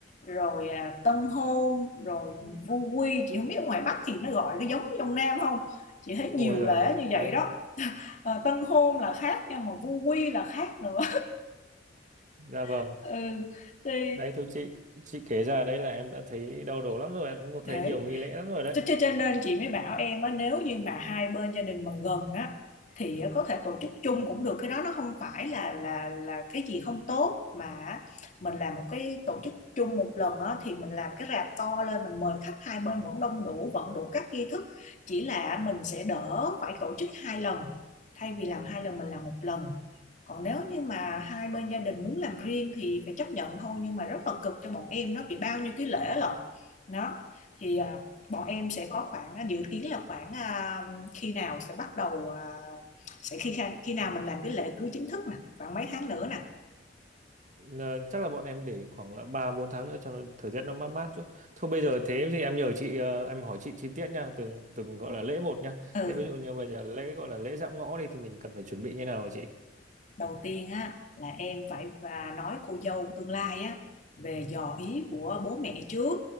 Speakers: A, on the left; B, on the right.
A: rồi à, tân hôn rồi vu quy chị không biết ở ngoài Bắc thì nó gọi cái giống như trong Nam không chị thấy nhiều
B: Ôi rồi
A: lễ
B: rồi,
A: như
B: đấy.
A: vậy đó <laughs> Ờ, tân hôn là khác nha mà vu quy là khác nữa
B: Dạ vâng.
A: <laughs> ừ thì
B: Đấy thôi chị chị kể ra đấy là em đã thấy đau đầu lắm rồi, em cũng có thấy
A: thế
B: nhiều nghi lễ lắm rồi đấy.
A: Cho, cho, nên chị mới bảo em á nếu như mà hai bên gia đình mà gần á thì có thể tổ chức chung cũng được cái đó nó không phải là là là cái gì không tốt mà mình làm một cái tổ chức chung một lần á thì mình làm cái rạp to lên mình mời khách hai bên vẫn đông đủ vẫn đủ các nghi thức chỉ là mình sẽ đỡ phải tổ chức hai lần thay vì làm hai lần mình làm một lần còn nếu như mà hai bên gia đình muốn làm riêng thì phải chấp nhận thôi nhưng mà rất là cực cho bọn em đó vì bao nhiêu cái lễ lận đó thì à, bọn em sẽ có khoảng dự kiến là khoảng à, khi nào sẽ bắt đầu à, sẽ khi khi nào mình làm cái lễ cưới chính thức nè khoảng mấy tháng nữa nè
B: Ờ, chắc là bọn em để khoảng là ba bốn tháng nữa cho nó thời tiết nó mát mát chút. Thôi bây giờ thế thì em nhờ chị ờ, em hỏi chị chi tiết nha, từng từng gọi là lễ một nha.
A: ừ
B: Thế ví dụ như bây giờ lễ gọi là lễ dạm ngõ đi thì mình cần phải chuẩn bị như nào hả chị?
A: đầu tiên á là em phải và nói cô dâu tương lai á về dò ý của bố mẹ trước